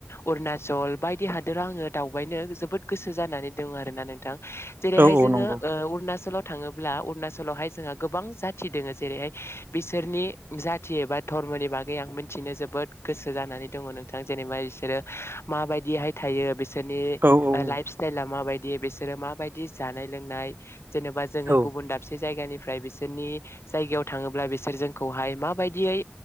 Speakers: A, on the left (about 75°); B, on the right (about 50°).
A: अरुणाचल बायदि हादोराव आंङो दावबायनो जोबोद गोसो जानानै दं आरोना नोंथां जेरैहाय
B: औ औ
A: जोंङो
B: नंगौ
A: अरुणाचलाव थांङोब्ला अरुणाचलावहाय जोंहा गोबां जाथि दोंङो जेरैहाय बिसोरनि जाथि एबा धर्मनि बागै आं मिथिनो जोबोद गोसो जानानै दंङ नोंथां जेनेबा बिसोरो माबायदिहाय थायो बि बिसोरनि
B: औ औ औ
A: लाइफ स्टाइला माबायदि बिसोरो माबायदि जानाय लोंनाय जेनेबा जोंङो
B: औ
A: गुबुन दाबसे जायगानिफ्राय बिसोरनि जायगायाव थाङोब्ला बिसोर जोंखौहाय माबायदियै